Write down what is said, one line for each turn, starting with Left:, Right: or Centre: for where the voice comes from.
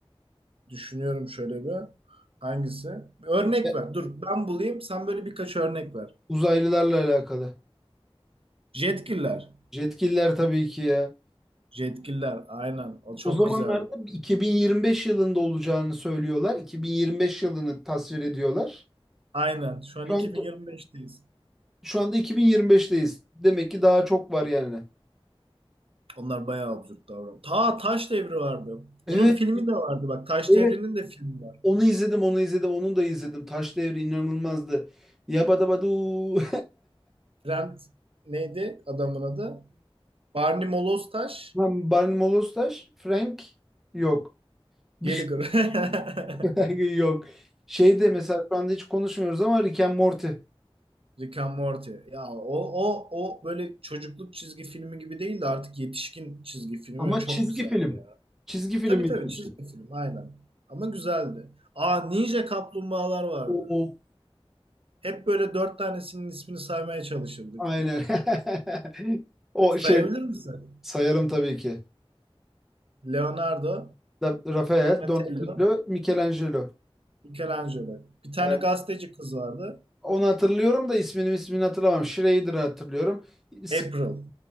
Right: Düşünüyorum şöyle bir. Hangisi? Bir örnek
Centre: E,
Right: ver. Dur ben bulayım. Sen böyle birkaç örnek ver.
Centre: Uzaylılarla alakalı.
Right: Jetgiller.
Centre: Jetgiller tabii ki ya.
Right: Jetgiller aynen. O çok
Centre: O zamanlarda
Right: güzeldi.
Centre: 2025 yılında olacağını söylüyorlar. 2025 yılını tasvir ediyorlar.
Right: Aynen. Şu an
Centre: Şu
Right: 2025'teyiz.
Centre: anda, şu anda 2025'teyiz. Demek ki daha çok var yani.
Right: Onlar bayağı absürt davranıyor. Ta Taş Devri vardı. Onun
Centre: Evet,
Right: filmi de vardı bak. Taş
Centre: evet.
Right: Devri'nin de filmi var.
Centre: Onu izledim, onu izledim, onu da izledim. Taş Devri inanılmazdı. Yabadabadu. <laughs>
Right: Trent neydi adamın adı? Barney Moloz Taş
Centre: Lan Barney Molostaş, Frank yok. Bir
Right: Gallagher.
Centre: şey <laughs>
Right: <laughs>
Centre: yok. Şeyde mesela şu anda hiç konuşmuyoruz ama Rick and Morty.
Right: Rick and Morty. Ya o o o böyle çocukluk çizgi filmi gibi değil de artık yetişkin çizgi filmi
Centre: Ama
Right: ve çok
Centre: çizgi
Right: güzeldi
Centre: film.
Right: ya.
Centre: Çizgi film
Right: Tabii
Centre: mi
Right: tabii
Centre: diyorsun?
Right: çizgi film aynen. Ama güzeldi. Aa Ninja Kaplumbağalar vardı.
Centre: O
Right: Hep böyle dört tanesinin ismini saymaya çalışırdık.
Centre: Aynen. <laughs> O
Right: Sayabilir
Centre: şey
Right: misin?
Centre: sayarım tabii ki.
Right: Leonardo,
Centre: Da- Rafael,
Right: Donatello,
Centre: Donatello, Michelangelo.
Right: Michelangelo. Bir tane
Centre: Aynen.
Right: gazeteci kız vardı.
Centre: Onu hatırlıyorum da ismini ismini hatırlamam. Schrader'ı hatırlıyorum. Sp-
Right: April.